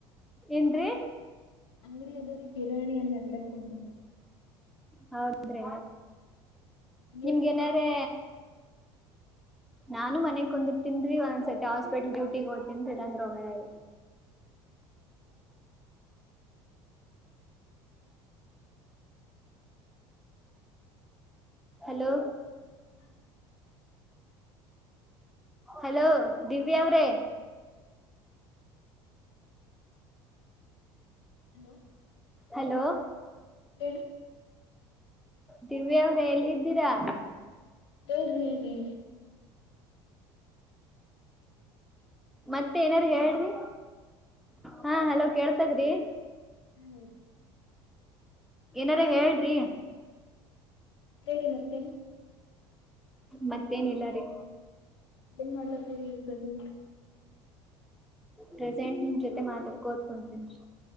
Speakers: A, in the centre; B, on the left.
A: ಏನ್ರೀ
B: ಅಂಗಡಿ ಅದ್ರ ಕಿರಾಣಿ ಅಲ್ಲಿ ಅಂಗಡಿಯಗ್ ಕುಂತಿನ್ರಿ.
A: ಹೌದ್ರಿ
B: ನೀವ್ರಿ
A: ನಿಮ್ಗೆ ನ್ರೆ ನಾನು ಮನೆಗ್ ಕುಂದಿ ತಿನ್ರಿ ಒಂದೊಂದ್ಸತಿ ಹಾಸ್ ಹಸ್ಪಿಟಲ್ ಡ್ಯೂಟಿಗೆ ಹತೀನಲ್ಲಂದ್ರೋಗ. <inaudible> ಹಲೋ
B: ಹ್ಮ
A: ಹಲೋ ದಿವ್ಯಾ ಅವ್ರೇ.
B: ಹಲೋ
A: ಹಲೋ
B: ಹೇಳಿ
A: ದಿವ್ಯ ಅವ್ರೆ ಎಲ್ಲಿದ್ದೀರಾ.
B: ಹೇಳ್ರಿ ಹೇಳ್ರಿ
A: ಮತ್ತೆ ಏನಾರು
B: ಹಲೋ
A: ಹೇಳ್ರಿ. ಹಾ ಹಲೋ ಕೇಳ್ತದ್ರಿ.
B: ಹ್ಮ್
A: ಏನಾರ ಹೇಳ್ರಿ.
B: ಹೇಳ್ರಿ ಮತ್ತೇನು
A: ಮತ್ತೇನಿಲ್ಲಾ ರಿ.
B: ಏನ್ ಮಾಡ್ಲತ್ತರಿ ಪ್ರೆಸೆಂಟ್.
A: ಪ್ರೆಸೆಂಟ್ ನಿಮ್ ಜೊತೆ ಮಾತಾಡ್ಕೋದಕೊತ ಕುಂತಿಂಡ್ರಿ.